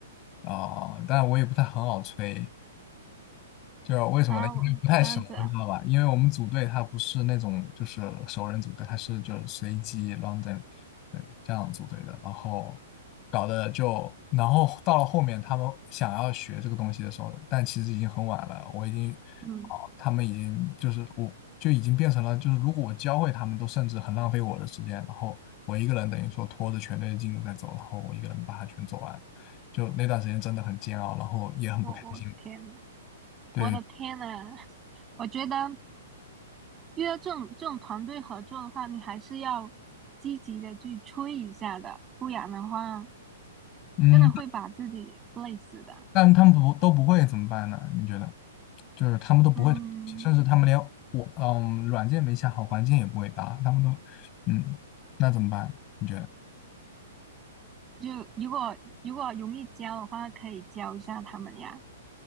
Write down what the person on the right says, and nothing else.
啊，
我这样子啊，
嗯，
我我的天呐，
我的天呐，<laughs> 我觉得。遇到这种这种团队合作的话，你还是要积极的去催一下的，不然的话，
真的会把自己累死的。
嗯，
就如果如果容易教的话，可以教一下他们呀。